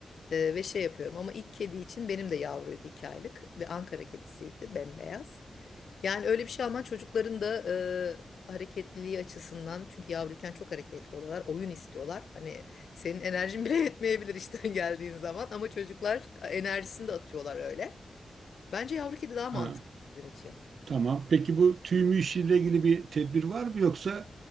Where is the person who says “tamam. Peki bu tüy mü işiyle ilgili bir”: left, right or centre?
Right